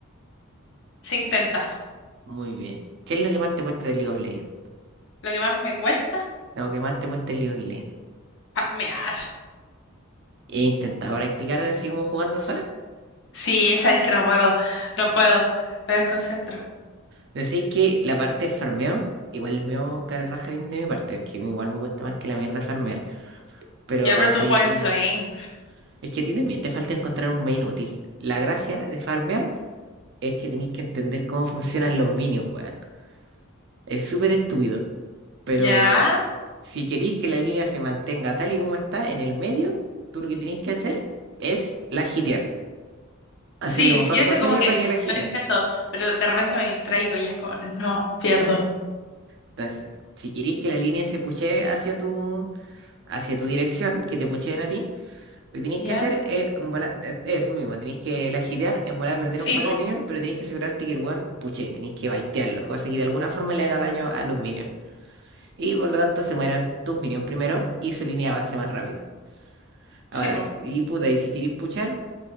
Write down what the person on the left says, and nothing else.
Se intenta.
Lo que más me cuesta,
farmear.
Sí, esa es que no puedo, no puedo. Me desconcentro.
Ya, pero
tú juegas
el swing.
Ya.
Sí,
sí, eso
como que
lo intento, pero de repente me distraigo y es como, no, pierdo.
Ya.
Sí,
po,
sí, po.